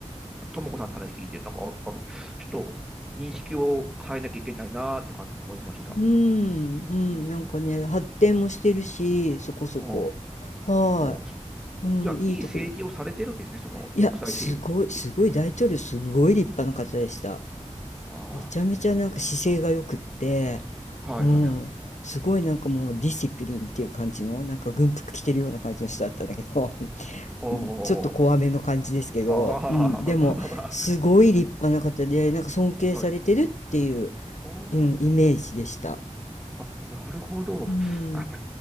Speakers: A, in the centre; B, on the left (about 80°).
A: ともこさんの話聞いて、なんか、あ、あちょっと認識を変えなきゃいけないなーって感じで思いました。
B: うん、うん、
A: うん。
B: なんかね、発展もしてるし、そこそこ。
A: うん
B: は
A: うん
B: い。うん、
A: じゃあ、
B: いいとこで。
A: いい政治をされてるんですね、その独裁政治っていう。
B: いや、すごい、すごい、大統領、すごい立派な方でした。
A: あ
B: めちゃめちゃなんか姿勢が良くって、
A: あ、はいはいはい。
B: うん、すごいなんかもうディシプリンっていう感じの、なんか軍服着てるような感じの人だったんだけど、<laughs>
A: お
B: ちょっと怖めの感じですけど、
A: ー、ああ、
B: うん、でも、
A: <laughs> まあまあま
B: すごい立派な方で、なんか尊敬されてるっていう、
A: あ。はい。おー、
B: うん、イメージでした。
A: あ、なるほど。
B: うん
A: あやっ